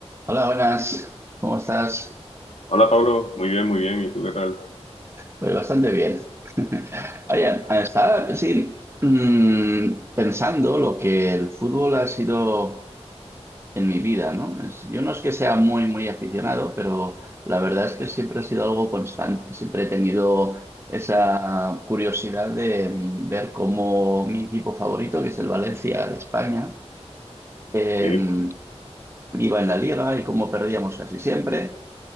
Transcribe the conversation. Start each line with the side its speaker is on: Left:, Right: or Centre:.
Right: Hola, buenas. ¿Cómo estás?
Left: Hola Pablo, muy bien, muy bien. ¿Y tú qué tal?
Right: Pues bastante bien. Oye, estaba sí, mm, pensando lo que el fútbol ha sido en mi vida, ¿no? Es- yo no es que sea muy, muy aficionado, pero la verdad es que siempre ha sido algo constante. Siempre he tenido esa curiosidad de mm, ver cómo mi equipo favorito, que es el Valencia de España, em,
Left: Sí,
Right: iba en la liga y cómo perdíamos casi siempre.